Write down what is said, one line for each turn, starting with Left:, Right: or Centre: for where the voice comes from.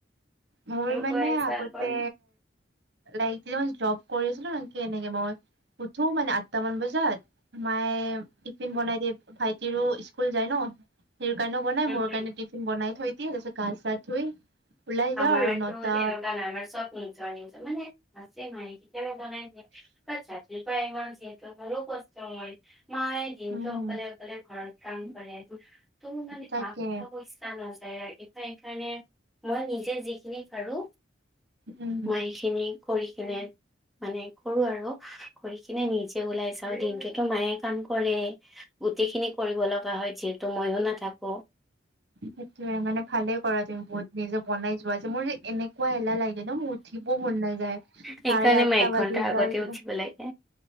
Right: মোৰ মানে
Centre: কৈ আছা
Right: আগতে
Centre: আকৌ
Right: লাইক <unintelligible> মই জব কৰি আছিলো ন কি এনেকে মই উঠো মানে আঠটা মান বজাত। মায়ে টিফিন বনাই দিয়ে, ভাইটিৰো স্কুল যায় ন। টিৰ কাৰণেও বনাই,
Centre: আমাৰতো
Right: মোৰ কাৰণে টিফিন বনাই থৈ দিয়ে, তাৰপিত গা চা ধুই ওলাই
Centre: আমাৰটো
Right: যাওঁ আৰু নটা
Centre: তেনেকা নাই, আমাৰ চব ইণ্টাৰনেট মানে <unintelligible> <unintelligible> বনাই দিয়ে, ৰাতিপুৱা ইমান <unintelligible> কষ্ট হয় <unintelligible> দিনটো
Right: উম হম
Centre: অকলে- অকলে ঘৰত কাম কৰে, <unintelligible> মানে
Right: তাকে
Centre: মা কথা কৈছ <unintelligible> নাযায় আৰু এতিয়া এইকাৰণে মই নিজে যিখিনি পাৰো,
Right: উম
Centre: মই সেইখিনি কৰি কিনে মানে কৰো আৰু কৰি কিনে নিজে ওলাই যাওঁ, দিনটোটো মায়ে কাম কৰে। গোটেইখিনি কৰিব লগা হয় যিহেতু, মইয়ো নাথাকো।
Right: সেইটোয়ে, মানে ভালে কৰা তুমি বহুত নিজে বনাই যোৱা যে, মোৰ যে এনেকুৱা এলাহ লাগে ন মোৰ। উঠিব মন নাযায়,
Centre: সেইকাৰণে
Right: চাৰে আঠটা
Centre: মই এক
Right: বাজি
Centre: ঘন্টা আগতে
Right: যায় <unintelligible>
Centre: উঠিব লাগে